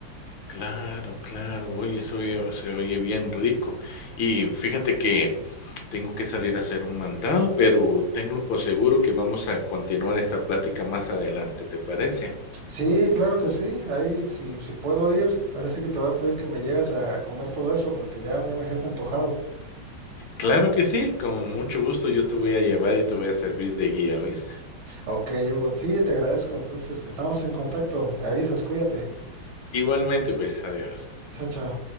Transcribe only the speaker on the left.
Claro, claro, oye, eso oye se oye bien rico. Y fíjate que Tengo que salir a hacer un mandado, pero tenlo por seguro que vamos a continuar esta plática más adelante, ¿te parece?
Claro que sí, con mucho gusto yo te voy a llevar y te voy a servir de guía, ¿oíste?
Igualmente, pues, adiós.